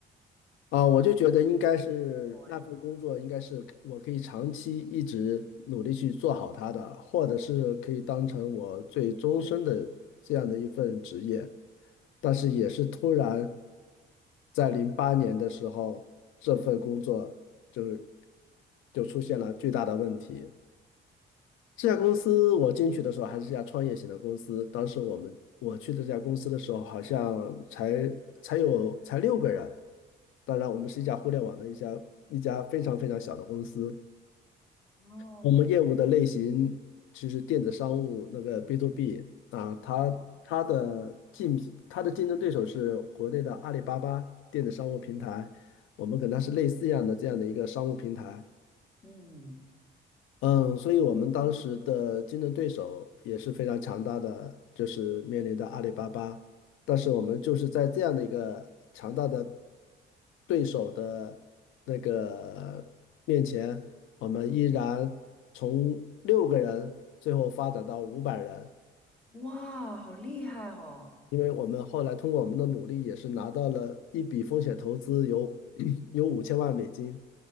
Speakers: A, on the left; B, in the centre.
A: 啊，我就觉得应该是那份工作应该是我可以长期一直努力去做好它的，
B: 对，
A: 或者是可以当成我最终身的这样的一份职业。但是也是突然在零八年的时候，这份工作就是就出现了巨大的问题。这家公司我进去的时候还是一家创业型的公司，当时我们我去的这家公司的时候，好像才才有才六个人。当然，我们是一家互联网的一家一家非常非常小的公司。
B: 哦，
A: 我们业务的类型其实电子商务那个 B to B 啊，它它的竞品它的竞争对手是国内的阿里巴巴电子商务平台，
B: 哦，哦，
A: 我们跟它是类似一样的这样的一个商务平台。
B: 嗯，
A: 嗯，所以我们当时的竞争对手也是非常强大的，就是面临着阿里巴巴。但是我们就是在这样的一个强大的对手的那个面前，我们依然从六个人最后发展到五百人，
B: 哇，好厉害哦！
A: 因为我们后来通过我们的努力，也是拿到了一笔风险投资有，<clears throat> 有五千万美金。